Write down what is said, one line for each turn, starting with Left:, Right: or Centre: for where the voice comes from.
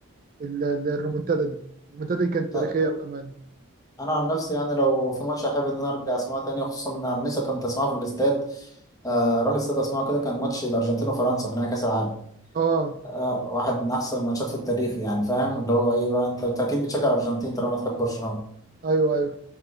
Right: ال- ال- الريمونتادا دي الريمونتادا دي كانت
Left: ط-
Right: تاريخيه بامانه
Left: انا عن نفسي يعني لو في ماتش احب ان انا ارجع اسمعه تاني خصوصا ان انا لسه كنت اسمعه في الاستاد آه، اروح الاستاد اسمعه كده كان ماتش الارجنتين وفرنسا في نهائي كاس العالم
Right: اه
Left: آه، واحد من احسن الماتشات في التاريخ يعني فاهم اللي هو ايه بقى انت أنت اكيد بتشجع الارجنتين طالما بتحب برشلونه
Right: ايوه ايوه